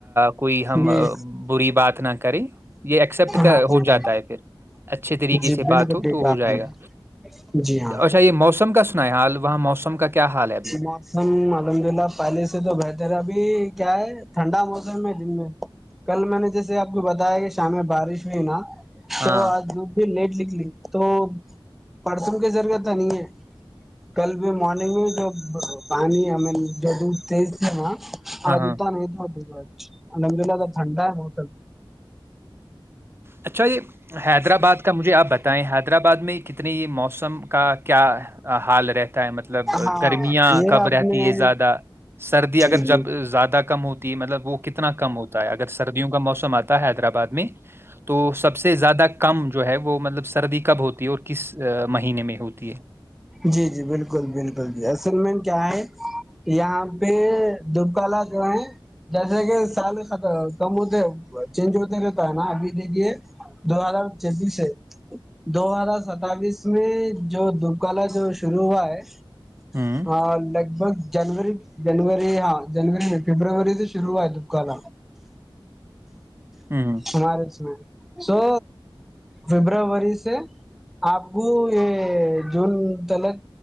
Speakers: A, on the right (about 25°); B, in the centre.
A: کوئی ہم
B: جی
A: بری بات نہ کریں یہ ایکسپٹ
B: ہاں جی
A: ہو جاتا
B: جی
A: ہے پھر اچھے طریقے
B: جی
A: سے
B: بالکل
A: بات ہو
B: ٹھیک
A: تو ہو
B: ہے آپ
A: جائے
B: نے
A: گا
B: جی ہاں
A: اچھا یہ موسم کا سنا ہے حال وہاں موسم کا کیا حال ہے ابھی؟
B: موسم الحمد اللہ پلے سے تو بہترا بھی کیا ہے ٹھنڈا موسم میں جن میں کل میں نے جیسے آپ کو بتایا کہ شام میں بارش ہوئی نا
A: ہاں،
B: تو آ دو دن لیٹ لک لی تو پرسوں کی ضرورت تو نہیں ہے کل بھی مارگ میں پانی ہم جد تیز تھا
A: ہاں،
B: آج
A: ہاں۔
B: اتنا نہیں تھا د الحمد للہ تو ٹھنڈا ہے موسم
A: اچھا یہ حیدرآباد کا مجھے آپ بتائیں حیدرآباد میں کت <unintelligible> اتنی موسم <unintelligible> کا کیا حال رہتا ہے مطلب
B: ہاں
A: گرمیاں
B: یہ
A: کب
B: آپ
A: رہتی
B: نے
A: ہے زیادہ سردی اگر
B: جی
A: جب
B: جی
A: زیادہ کم ہوتی ہے مطلب وہ کتنا کم ہوتا ہے اگر سردیوں کا موسم آتا ہے حیدرآباد <unintelligible> میں تو سب سے <unintelligible> زیادہ کم جو ہے وہ مطلب سردی کب ہوتا <unintelligible> اور کس مہینے میں ہوتی ہے <unintelligible>
B: جی جی بالکل بالکل جی اصل میں کیا ہے یہاں پہ دبکلا جو ہے جیسے کہ سال خ کم ہوتے چینج ہوتے رہتا ہے نا ابھی دیکھیے دو ہزار چھتییس سے دو ہزار ستبس میں جو اکال جو شرو ہوا ہے
A: ہوں
B: ہاں لگ بھگ جنوری جنوری ہاں جنوری نہیں فبروری سے شرو ہے دکان
A: ہوں
B: سمار اس میں <unintelligible> سو فبروری سے آپ کو یہ جون تلک